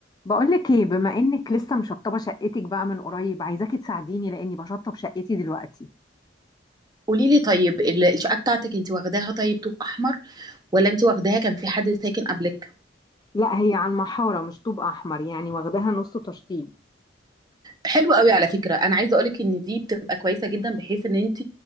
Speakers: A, on the left; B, on the right.
A: بقولك ايه بما انك لسه مشطبه شقتك بقى من قريب عايزاكي تساعديني لاني بشطب شقتي دلوقتي
B: قولي لي طيب ال- الشقه بتاعتك انت واخداها طيب طوب احمر ولا انت واخداها كان في حد ساكن قبلك
A: لا هي على المحارة مش طوب أحمر يعني واخداها نص تشطيب
B: حلو قوي على فكره انا عايزه اقولك ان دي بتبقى كويسه جدا بحيث ان انت